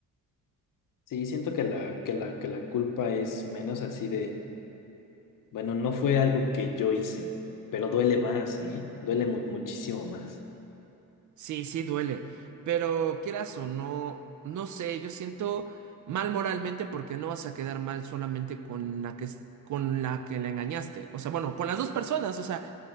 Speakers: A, on the left; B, on the right.
A: Sí, siento que la, que la, que la culpa es menos así de, bueno, no fue algo que yo hice, pero duele más, ¿eh? Duele mu- muchísimo más.
B: Sí, sí duele, pero quieras o no, no sé, yo siento mal moralmente porque no vas a quedar mal solamente con la que es- con la que le engañaste, o sea, bueno, con las dos personas, o sea,